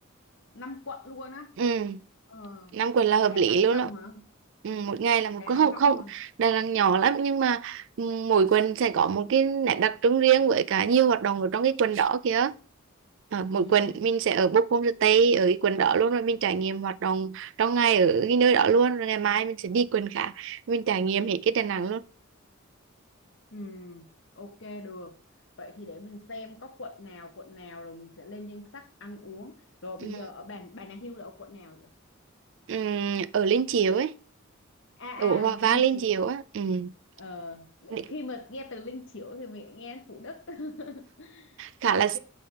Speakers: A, on the left; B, on the right.
A: năm quận luôn á
B: ừ.
A: ờ
B: năm quần là hợp
A: Đà
B: lý
A: Nẵng
B: luôn
A: rộng
B: đó
A: hả
B: ừ. một ngày là một
A: Đà
B: cái
A: Nẵng
B: không
A: rộng
B: không
A: hả
B: Đà Nẵng nhỏ lắm nhưng mà ừ, mỗi quần sẽ có một cái nét đặc trưng riêng với cả nhiều hoạt động ở trong cái quần đó kìa Ờ, mỗi
A: Ừ,
B: quần mình sẽ ở book homestay ở cái quần đó luôn rồi mình trải nghiệm hoạt động trong ngày ở cái nơi đó luôn rồi ngày mai mình sẽ đi quần khác mình trải nghiệm hết cái Đà Nẵng luôn
A: ừ, ok được. Vậy thì để mình xem có quận nào, quận nào rồi mình sẽ lên danh sách ăn uống. Rồi bây
B: Ừ.
A: giờ ở bàn Bà Nà Hills là ở quận nào vậy?
B: Ừm, ở Liên Chiểu ấy
A: À à,
B: ở Hòa Vang
A: Linh
B: Liên
A: Chiểu.
B: Chiểu á ừm,
A: Ờ,
B: đi-
A: khi mà nghe từ Linh Chiểu thì mình nghe Thủ Đức. <laughs>
B: khá
A: Ok.
B: là